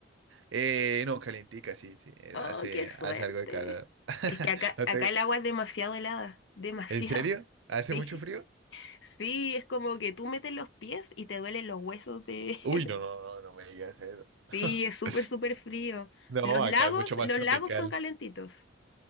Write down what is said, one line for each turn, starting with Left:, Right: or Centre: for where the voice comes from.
Right: Eh, no, calientica, sí, sí, eh,
Left: Oh,
Right: hace,
Left: qué suerte.
Right: hace algo de calor. <laughs>
Left: Es que acá,
Right: No
Left: acá
Right: te-
Left: el agua es demasiado helada. Demasiado,
Right: ¿En serio?
Left: <laughs>
Right: ¿Hace
Left: sí.
Right: mucho frío?
Left: Sí, es como que tú metes los pies y te duelen los huesos de...
Right: Uy, no, no, no,
Left: <laughs>
Right: no me digas eso.
Left: Sí, es súper,
Right: <laughs>
Left: súper frío.
Right: No,
Left: Los
Right: acá
Left: lagos,
Right: es mucho más
Left: los
Right: tropical.
Left: lagos son calentitos.